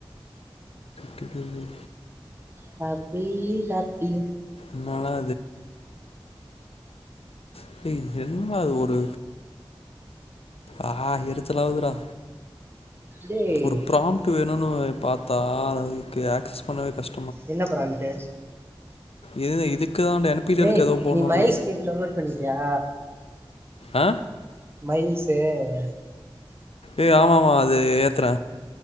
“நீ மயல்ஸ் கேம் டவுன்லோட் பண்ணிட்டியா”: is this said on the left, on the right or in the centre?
Right